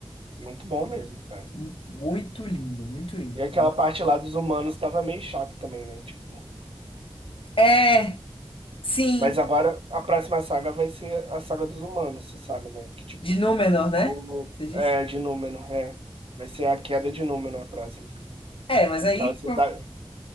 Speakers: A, on the right; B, on the left.
A: Muito bom mesmo, cara.
B: mu- muito linda, muito linda.
A: E aquela parte lá dos humanos tava meio chata também, né? Tipo.
B: É, sim,
A: Mas agora a próxima saga vai ser a saga dos humanos, você sabe, né? Que tipo.
B: de Númenor, né?
A: O...
B: Você disse?
A: É, de Númenor, é. Vai ser a queda de Númenor a próxima.
B: É, mas
A: Que
B: aí.
A: aquela cidade.